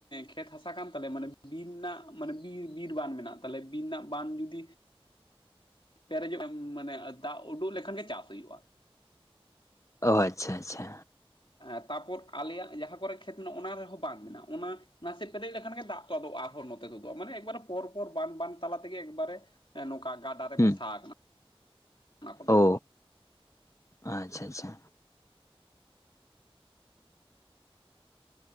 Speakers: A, on the left; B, on the left.
A: ᱠᱷᱮᱛ ᱦᱟᱥᱟ ᱠᱟᱱ ᱛᱟᱞᱮᱭᱟ ᱢᱟᱱᱮ ᱵᱤᱨ ᱨᱮᱱᱟᱜ ᱢᱟᱱᱮ ᱵᱤᱨ ᱵᱤᱨ ᱵᱟᱱ ᱢᱮᱱᱟᱜ ᱛᱟᱞᱮ ᱵᱤᱨ ᱨᱮᱱᱟᱜ ᱵᱟᱱ ᱡᱩᱫᱤ᱾ ᱯᱮᱨᱮᱡᱚᱜ ᱮᱢ ᱢᱟᱱᱮ ᱫᱟᱜ ᱩᱰᱩᱠ ᱞᱮᱠᱷᱟᱱ ᱜᱮ ᱪᱟᱥ ᱦᱩᱭᱩᱜᱼᱟ᱾
B: ᱚ ᱟᱪᱪᱷᱟ ᱟᱪᱪᱷᱟ᱾
A: ᱛᱟᱨᱯᱚᱨ ᱟᱞᱮᱭᱟᱜ ᱡᱟᱦᱟᱸ ᱠᱚᱨᱮ ᱠᱷᱮᱛ ᱢᱮᱱᱟᱜᱼᱟ ᱚᱱᱟ ᱨᱮᱦᱚᱸ ᱵᱟᱸᱫ ᱢᱮᱱᱟᱜᱼᱟ ᱚᱱᱟ᱾ ᱱᱟᱥᱮ ᱯᱮᱨᱮᱡ ᱞᱮᱱᱠᱦᱟᱱ ᱜᱮ ᱫᱟᱜ ᱛᱚᱫᱚᱜ ᱟᱟᱨᱦᱚᱸ ᱱᱚᱛᱮ ᱜᱚᱫᱚᱜᱼᱟ ᱢᱟᱱᱮ ᱮᱠᱵᱟᱨᱮ ᱯᱚᱨ ᱯᱚᱨ ᱵᱟᱱ ᱵᱟᱱ ᱛᱟᱞᱟ ᱛᱮᱜᱮ ᱮᱠᱵᱟᱨᱮ᱾ ᱮ ᱱᱚᱝᱠᱟ ᱜᱟᱰᱟ ᱨᱮ ᱢᱮᱥᱟ
B: ᱦᱩᱸ
A: ᱦᱟᱠᱟᱱᱟ ᱚᱱᱟᱠᱚ ᱫᱟᱜ᱾
B: ᱚ ᱟᱪᱪᱷᱟ ᱟᱪᱪᱷᱟ᱾